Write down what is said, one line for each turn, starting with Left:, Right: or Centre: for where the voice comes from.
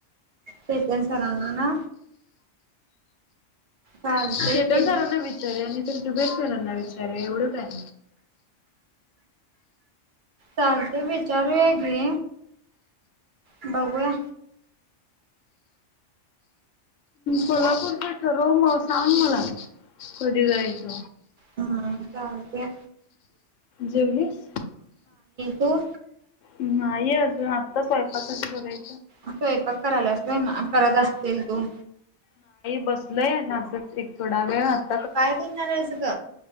Right: चेतन सरांना ना? चालते
Left: चेतन
Right: की
Left: सरांना विचारु या नाही तर जुबेर सरांना विचारु एवढंच या.
Right: चालत विचारू या कि. बघूया.
Left: कोल्हापूरचं ठरव म सांग मला कधी जायचं.
Right: बरबर चालत्या
Left: जेवलीस?
Right: तू.
Left: नाहीे अजून आत्ता स्वयंपाकच बघाय
Right: स्वयंपाक करायला असतोय करत असतील तू.
Left: बसलंय ना असंच एक थोडा वेळात.
Right: काय करणारेस ग.